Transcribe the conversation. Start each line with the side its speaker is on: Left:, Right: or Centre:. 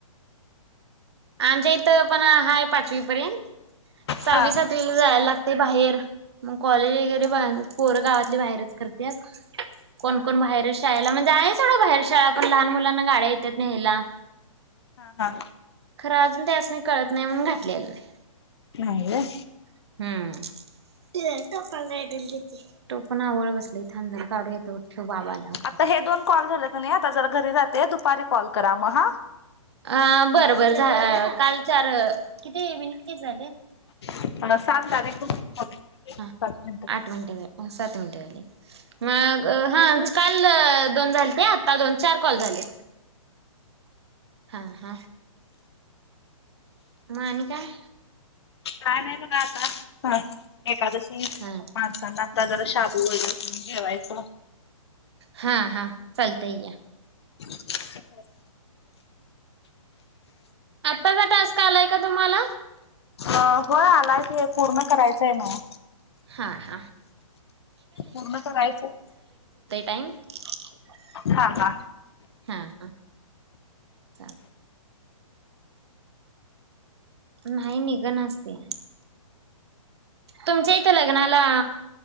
Right: आमच्या इथं पण हा आहे पाचवी पर्यंत सहावी
Left: हा
Right: सातवीला जायला लागते बाहेर मगं कॉलेज वगैरे
Left: हा
Right: पोर गावातली बाहेरच करत्यात कोणकण
Left: हा
Right: बाहेर शाळेला म्ह जायचवढं बाहेर शाळा पण लहान मुलांना गाड्या येतात नाहीयला
Left: हा हा.
Right: खरं अजून ते अस नाही कळत नाही म्हणून घातलेलं नाही-
Left: नाही होय
Right: <unintelligible> काढू येतो ठेव बाबा आल्यावर
Left: आता
Right: काढू.
Left: हे दोन कॉल झाले का नाही आता जरा घरी जाते दुपारी कॉल करा मगं हा
Right: अ बरं बरं झा काल चार किती मिनिट काय झाले?
Left: हा सात तारीख <unintelligible>
Right: हा आठ मिनटे, सात मिनिटे झाली मगं हा काल दोन झालत्यात दोन चार कॉल झाले, हा हा, मग आणि काय
Left: काय नाही बघा आता एकादशी
Right: हा
Left: माणसांना जला शाबू वगैरे घेवायच
Right: हा हा चालतयं घ्या
Left: <unintelligible>
Right: आत्ताचा टास्क आलाय का तुम्हाला?
Left: अ होय आलाय की पूर्ण करायचंय नव्ह
Right: हा हा.
Left: पूर्ण करायचंय
Right: <unintelligible>
Left: हां हा!
Right: हा हा चाल. नाही निघ ना च ते. तुमच्या इथं लग्नाला